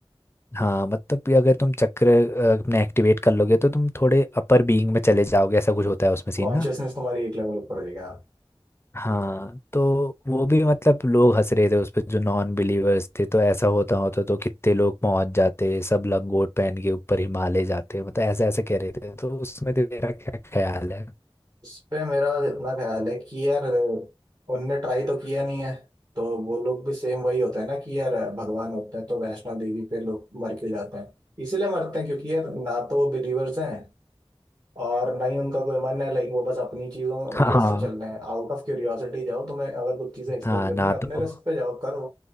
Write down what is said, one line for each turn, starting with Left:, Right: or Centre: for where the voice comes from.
Left: हाँ मतलब कि अगर तुम चक्र अ, अपने एक्टिवेट कर लोगे तो तुम थोड़े अपर बीइंग में चले जाओगे ऐसा कुछ होता है उसमें सीन
Right: कॉन्शियसनेस
Left: ना
Right: तुम्हारी एक लेवल ऊपर हो जाएगी हाँ
Left: हाँ तो वो भी मतलब लोग हंस रहे थे उस पर जो नॉन बिलीवर्स थे तो ऐसा होता होता तो कितने लोग पहुंच जाते सब लंगोट पहन के ऊपर हिमालय जाते मतलब ऐसा ऐसा कह रहे थे तो उसमें तेरा क्या ख्याल है
Right: उस पे मेरा इतना ख्याल है कि यार उनने ट्राई तो किया नहीं है तो वो लोग भी सेम वही होता है ना कि यार भगवान होते हैं तो वैष्णव देवी पे लोग मर क्यों जाते हैं इसीलिए मरते हैं क्योंकि यार ना तो वो बिलीवर्स हैं और नहीं उनका कोई मन है लाइक वो बस अपनी चीजों
Left: हाँ
Right: के उससे चल रहे हैं आउट ऑफ क्यूरियोसिटी जाओ तुम्हें अगर कुछ चीजें एक्सप्लोर
Left: हाँ ना
Right: करनी है अपने
Left: तो
Right: रिस्क पे जाओ करो